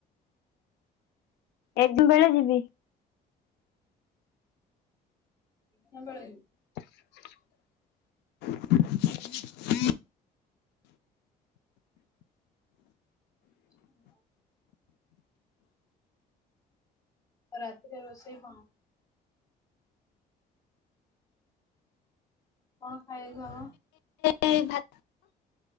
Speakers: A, on the left; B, on the left.
A: ଏକ୍ସାମ୍ ବେଳେ ଯିବି।
B: ଏକ୍ସାମ ବେଳେ।
A: <inaudible>
B: <unintelligible> ଆଉ ରାତିରେ ରୋଷେଇ କଣ? କଣ ଖାଇବାକୁ ହବ?
A: ଏ ଭା